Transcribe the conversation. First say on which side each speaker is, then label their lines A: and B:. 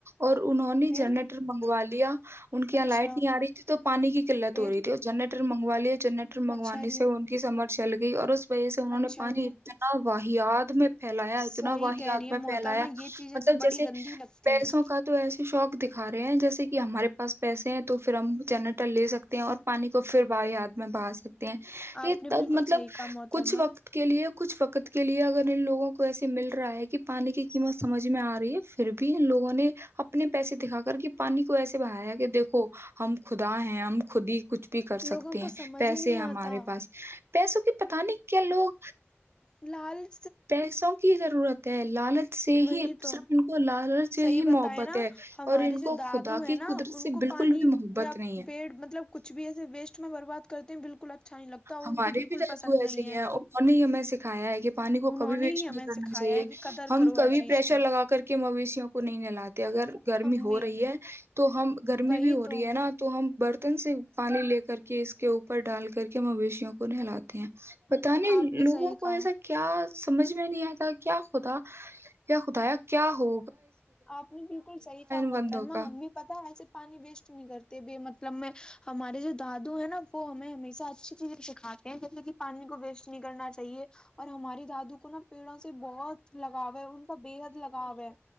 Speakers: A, on the right; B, on the left.
A: اور انہوں نے
B: پھر
A: جنرل منگوا لیا ان کی یہاں
B: اچھا
A: لائٹ نہیں آ رہی تھی تو پانی کی قلت
B: پھر
A: ہو رہی تھی اور جنریٹ منگواے جنرٹر منگوانے
B: اچھا جی
A: سے ان کی سمرھ چل گئی اور اس وجہ سے انہوں
B: اچھا
A: نے پانی
B: جی
A: اتنا واہیاد میں پھیلایا
B: صحیح
A: اتنا واہیاد
B: کہہ رہی ہے
A: میں
B: محترمہ
A: پھیلایا
B: یہ چیزیں
A: مطلب
B: تو بڑی
A: جیسے
B: گندی لگتی
A: پیسوں
B: ہیں
A: کا تو ایسے شوق د کا رہے ہیں جیسے ہمارے پاس پیسے ہیں تو پھر ہم جنرٹر لے سکتے ہیں اور پانی کو پھر ب ہد میں بہا سکتے ہیں یہ
B: آپ نے
A: تب
B: بالکل
A: مطلب
B: صحیح کہا محترمہ
A: کچھ وقت کے لیے کچھ وقت کے لیے اگر ان لوگوں کو ایسے مل رہا ہے کہ پانی کی قیمت سمجھ میں آ رہی ہے پھر بھی ان لوگوں نے اپنے پیسے دکھا کے پانی کو ایسے بہایا کہ دیکھو ہم خدا ہیں ہم خود ہی کچھ بھی کر سکتے
B: لوگوں کو
A: ہیں
B: سمجھ
A: پیسے
B: ہی نہیں
A: ہیں ہمارے
B: آتا
A: پاس پیسوں کے پت نہیں کیا لوگ
B: لال
A: پیسوں کی ضرورت ہے لالچ سے
B: وہی
A: ہی
B: تو
A: صرف ان کو لالچ سے
B: صحیح
A: ہی
B: بتائے
A: محبت
B: نا
A: ہے
B: ہمارے
A: اور ان
B: جو
A: کو
B: دادو
A: خدا
B: ہے
A: کی
B: نا
A: قدرت
B: ان
A: سے
B: کو
A: بالکل
B: پانی
A: بھی محبت
B: یا
A: نہیں ہے
B: پیڑ مطلب کچھ بھی ایسے میں برباد کرتے ہیں بالکل اچھا نہیں لگتا
A: ہمارے
B: ان کو بالکل
A: بھی رہ
B: پسند
A: تو ایسے
B: نہیں
A: ہی
B: ہے
A: ہیں انہوں نے ہمیں سکھایا ہے کہ پانی کو
B: انہوں
A: کبھی ویسٹ
B: نے ہی ہمیں
A: نہیں کرنا
B: سکھایا
A: چاہیے
B: ہے کہ قدر
A: ہم
B: کرو
A: کبھی
B: ہر چیز
A: پشر
B: کی
A: لگا کر کے مویشیوں کو نہیں نہلاتے اگر گرمی
B: ہم
A: ہو
B: بھی
A: رہی ہے تو ہم گرمی
B: وہی
A: بھی ہو
B: تو
A: رہی ہے نا تو ہم برتن سے پانی لے کر کے اس کے اوپر ڈال کر کے مویشیوں کو نہلاات بت نہیں
B: آپ نے
A: لوگوں
B: صحیح
A: کو
B: کہا
A: ایسا کیا سمجھ میں نہیں آتا کیا خدا یا خدایا کیا ہو
B: آپ نے بالکل صحیح کام
A: بندوں
B: ہوترما
A: کا
B: ہم بھی پتا ایسے پانی ویسٹ نہیں کرتے بے مطلب میں ہمارے جو دادو ہے نا وہ ہمیں ہمیشہ اچھی چیزیں سکھاتے ہیں جیسے کہ پانی کو ویسٹ نہیں کرنا چاہیے اور ہمارے دادو کو نا پیڑوں سے بہت لگاؤ ہے ان کا بے حد لگاؤ ہے